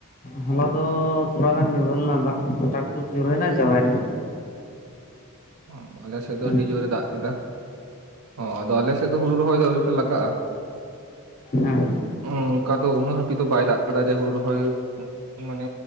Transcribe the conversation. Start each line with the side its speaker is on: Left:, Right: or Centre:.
Left: ᱦᱚᱞᱟ ᱫᱚ ᱛᱷᱚᱲᱟ ᱜᱟᱱ ᱧᱩᱨᱦᱟᱹ ᱞᱮᱱᱟ ᱫᱟᱜ ᱴᱟᱠ ᱴᱩᱠ ᱧᱩᱨᱦᱟᱹᱭᱱᱟ ᱪᱟᱵᱟᱭᱱᱟ
Right: ᱚ ᱟᱞᱮ ᱥᱮᱫ ᱫᱚ
Left: ᱩᱱᱤ᱾
Right: ᱟᱹᱰᱤ ᱡᱳᱨᱮ ᱫᱟᱜ ᱠᱮᱫᱟ ᱚ ᱟᱫᱚ ᱟᱞᱮ ᱥᱮᱫ ᱫᱚ ᱦᱩᱲᱩ ᱨᱚᱦᱚᱭ ᱫᱚ ᱟᱹᱣᱨᱤᱴᱟ ᱞᱟᱜᱟᱜᱼᱟ
Left: ᱦᱮᱸ
Right: ᱚᱱᱠᱟ ᱫᱚ ᱩᱱᱟᱹᱜ ᱦᱟᱹᱵᱤᱡ ᱫᱚ ᱵᱟᱭ ᱫᱟᱜ ᱠᱟᱫᱟ ᱡᱮ ᱦᱩᱲᱩ ᱨᱚᱦᱚᱭ ᱢᱟᱱᱮ